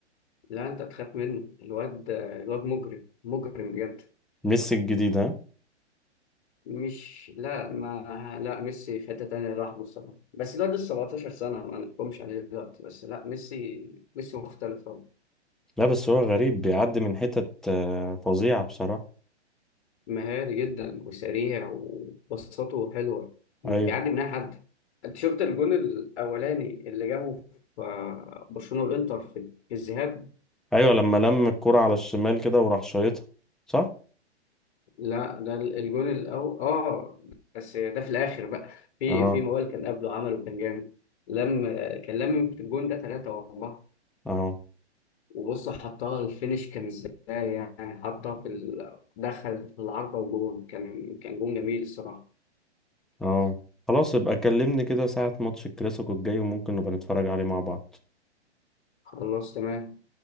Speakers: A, on the left; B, in the centre.
A: لا انت تخاف منه الواد الواد مجرم مجرم بجد
B: ميسي الجديد ها
A: مش لا ما لا ميسي في حتة تانية لوحده الصراحة بس الواد لسه 17 سنة ما نحكمش عليه دلوقتي بس لا ميسي ميسي مختلف طبعا
B: لا بس هو غريب بيعدي من حتت آه، فظيعة بصراحة
A: مهاري جدا وسريع وبساطته حلوة بيعدي
B: ايوه
A: من أي حد أنت شفت الجون الأولاني اللي جابه في آه، برشلونة والإنتر في في الذهاب
B: ايوه لما لم الكرة على الشمال كده وراح شايطها صح
A: لا ده الجون الأول آه بس ده في الآخر بقى في
B: اه
A: في موال كان قبله عمله كان جامد لم كان لم في الجون ده ثلاثة وأربعة
B: اه
A: وبص حطها الفينش كان ازاي يعني حطها في ال... دخل في العارضة وجون كان كان جون جميل الصراحة
B: اه خلاص يبقى كلمني كده ساعة ماتش الكلاسيكو الجاي وممكن نبقى نتفرج عليه مع بعض
A: خلصت